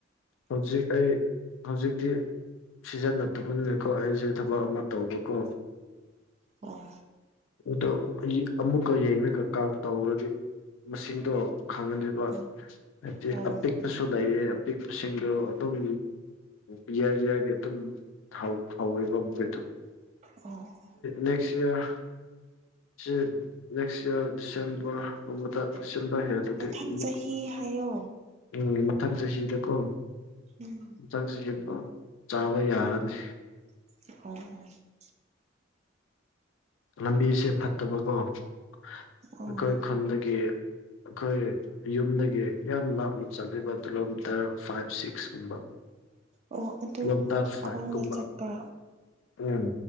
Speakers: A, on the left; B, on the right.
A: ꯍꯧꯖꯤꯛ ꯑꯩ ꯍꯧꯖꯤꯛꯇꯤ ꯁꯤꯖꯟ ꯅꯠꯇꯕꯅꯤꯅꯦꯀꯣ ꯑꯩꯁꯦ ꯊꯕꯛ ꯑꯃ ꯇꯧꯕꯀꯣ
B: ꯑꯣ
A: ꯑꯗꯣ ꯍꯧꯖꯤꯛ ꯑꯃꯨꯛꯀ ꯌꯦꯡꯉꯒ ꯀꯥꯎꯟ ꯇꯧꯔꯗꯤ ꯃꯁꯤꯡꯗꯣ ꯈꯥꯡꯍꯟꯗ
B: ꯑꯣ
A: ꯍꯥꯏꯗꯤ
B: ꯑꯣ
A: ꯑꯄꯤꯛꯄꯁꯨ ꯂꯩꯌꯦ ꯑꯄꯤꯛꯄꯁꯤꯡꯗꯨ ꯑꯗꯨꯝ ꯏꯌꯥꯔ ꯌꯥꯌꯥꯔꯒꯤ ꯑꯗꯨꯝ ꯍꯥꯎ ꯍꯧꯋꯦꯕ ꯃꯈꯣꯏꯗꯣ
B: ꯑꯣ
A: ꯅꯦꯛꯁ ꯏꯔ ꯁꯤ ꯅꯦꯛꯁ ꯏꯌꯥꯔ ꯗꯤꯁꯦꯝꯕꯔꯒꯨꯝꯕꯗ ꯗꯤꯁꯦꯝꯕ꯭ꯔ ꯍꯦꯟꯔꯗꯤ
B: ꯃꯊꯪ
A: ꯑꯃꯨꯛ
B: ꯆꯍꯤ ꯍꯥꯏꯌꯣ
A: ꯎꯝ ꯃꯊꯪ ꯆꯍꯤꯗꯀꯣ
B: ꯎꯝ
A: ꯃꯊꯪ ꯆꯍꯤꯗ ꯆꯥꯕ ꯌꯥꯔꯅꯤ
B: ꯑꯣ
A: ꯂꯝꯕꯤꯁꯦ ꯐꯠꯇꯕꯀꯣ ꯑꯩꯈꯣꯏ
B: ꯑꯣ
A: ꯈꯨꯟꯗꯒꯤ ꯑꯩꯈꯣꯏ ꯌꯨꯝꯗꯒꯤ ꯌꯥꯝ ꯂꯥꯞꯅ ꯆꯠꯂꯤꯕ ꯀꯤꯂꯣꯃꯤꯇꯔ ꯐꯥꯏꯚ ꯁꯤꯛꯁ ꯀꯨꯝꯕ
B: ꯑꯣ ꯑꯗꯨ
A: ꯀꯤꯂꯣꯃꯤꯇꯔ ꯐꯥꯏꯕ
B: ꯈꯣꯡꯅ
A: ꯀꯨꯝꯕꯥ
B: ꯆꯠꯄ
A: ꯎꯝ